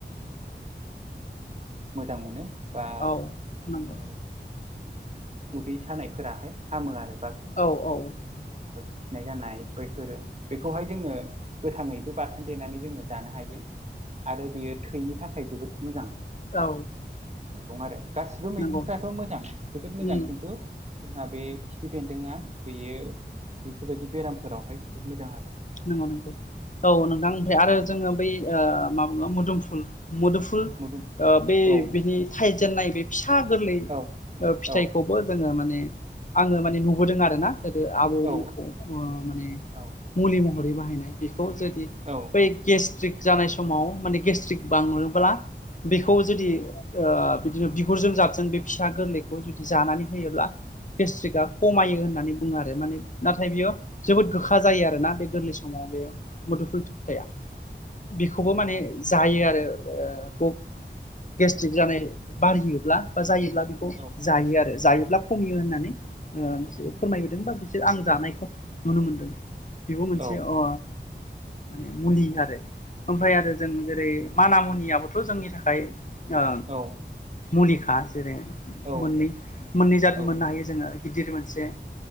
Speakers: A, on the right; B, on the left.
A: जोङो मोजां मोनो बा
B: औ नंगौ
A: जोङो उदै सानायफोराहाय हामो आरो बाग
B: <inaudible> <inaudible>
A: खिनाय जानाय बैफोरो बेखौहाय जोङो गोथाङैबो बाथोन देनानै जोङो जानो हायो। आरो बेयो थैनि थाखाय जोबोद मोजां।
B: औ।
A: मैगं आरो गासिबो मैगंफ्राथ'
B: नंगौ
A: मोजां जोबोद मोजां
B: उम
A: खिन्थु जोंहा बे खिफि बेन्दोंआ बेयो बेफोरबायदि बेरामफोरावहाय जोबोद मोजां आरो।
B: नंगौ नंगौ। औ नोंथां ओमफ्राय आरो जोङो बै ओ माबा बुङो? मोदोमफुल मुदुफुल ओ
A: मोदोम
B: बे
A: औ
B: बिनि थायजेनाय बे फिसा गोरलै
A: औ
B: फिथाइखौबो
A: औ
B: जोङो माने आङो माने नुबोदों आरोना गोदो आबौमोनखौ
A: औ
B: ओ माने
A: औ।
B: मुलि महरै बाहायनाय बेखौ जुदि
A: औ।
B: बे गेस्ट्रिक जानाय समाव माने गेस्ट्रिक बाङोब्ला बेखौ जुदि ओ बिदिनो बिगुरजों जाबजों बे फिसा गोरलैखौ जुदि जानानै होयोब्ला गेस्ट्रिकआ खमायो होननानै बुङो आरो। माने नाथाय बियो जोबोद गोखा जायो। आरो आरोना बे गोरलै समाव बे मुदुफुल फिथाइया बेखौबो माने जायो आरो ओ गेस्ट्रिक जानाय बारियोब्ला बा जायोब्ला
A: औ
B: जायो आरो जायोब्ला खमियो होननानै ओ बिसोरो फोरमायबोदों बा बिसोर आं जानायखौ नुनो मोनदों। बेबो मोनसे
A: औ
B: अ माने मुलि आरो ओमफ्राय आरो जों जेरै मान मुनियाबोथ' जोंनि थाखाय ओ
A: औ।
B: मुलिखा जेरै
A: औ
B: मोननै
A: मुलिखा
B: मोननै जाथ
A: औ
B: मोननो हायो। जोङो गिदिर मोनसे